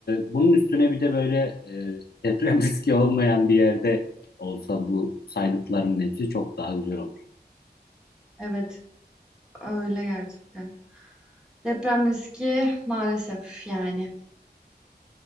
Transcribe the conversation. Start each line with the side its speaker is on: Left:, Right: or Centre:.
Left: bunun üstüne bir de böyle e, deprem <laughs> riski olmayan bir yerde olsa bu saydıklarının hepsi çok daha güzel olur.
Centre: evet öyle gerçekten. Deprem riski maalesef yani.